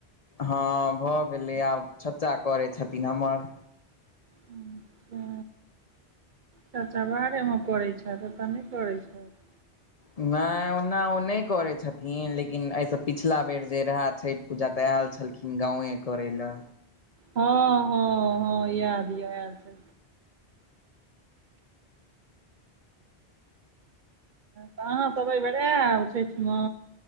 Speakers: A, on the left; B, on the right.
A: हँ भऽ गेलै आब चच्चा करै छथिन हमर
B: अच्छा चाचा बाहरेमे करैत छै काज एतऽ नहि करै छैथ
A: नहि ओना ओ नहि करैत छथिन लेकिन एहिसँ पिछला बेर जे रहए छथि पूजा तऽ आयल छलखिन गाँव ए करै लए।
B: हँ हँ हँ याद य आयल छै तऽ अहाँसभ एहिबेर आयब छैठ मे